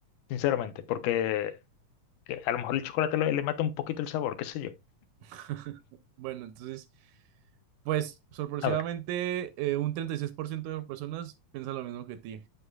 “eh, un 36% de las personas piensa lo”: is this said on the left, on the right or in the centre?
Right